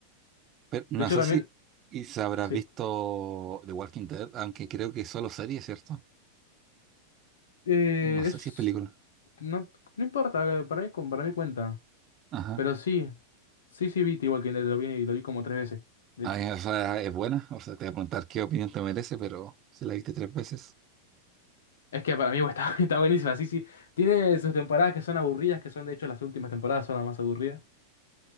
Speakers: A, on the right; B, on the left.
A: Pero no
B: De hecho
A: sé
B: también,
A: si y se habrás
B: sí.
A: visto The Walking Dead, aunque creo que es solo serie, ¿cierto?
B: Eh,
A: No sé
B: es,
A: si es película.
B: no, no importa, para mí, para mí cuenta.
A: Ajá.
B: Pero sí, sí, sí vi The Walking Dead, lo vi, y lo vi como tres veces, de
A: Ah,
B: hecho.
A: ya, o sea, es buena. O sea, te voy a preguntar qué opinión te merece, pero si la viste tres veces.
B: Es que para mí bueno, está, <laughs> está buenísima, sí, sí. Tiene sus temporadas que son aburridas, que son de hecho las últimas temporadas son las más aburridas.